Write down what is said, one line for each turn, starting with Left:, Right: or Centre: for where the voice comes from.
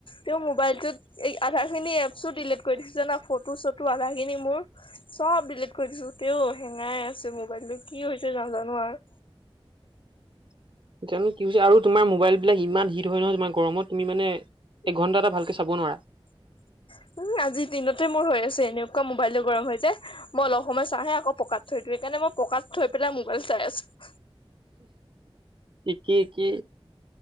Left: তেওঁ মোবাইলটোত আধা খিনি এপছো ডিলিট কৰি দিছো জ না ফটো চটো আধাখিনি মোৰ চব ডিলিট কৰি দিছো তেও হেঙাই আ মোবাইলটো কি হৈছে জ জানো আৰু।
Right: <inaudible> ততিয়ানে কি হৈছে আৰু তোমাৰ মোবাইল বিলাক ইমান হিট হয় নহয় তোমাৰ গৰমত তুমি মানে
Left: উম
Right: এঘন্টা এটা ভালকে চাব নোৱাৰা।
Left: আজিৰ দিনতে মোৰ হৈ আছে এনেকুৱা মোক মোবাইলটো গৰম হৈ যায় মই অলপ সময় চাহহে আকৌ পকাত থৈ দিওঁ সেইকাৰে মই পকাত থৈ পেলাই মোবাইল চাই আছো।
Right: কি কি?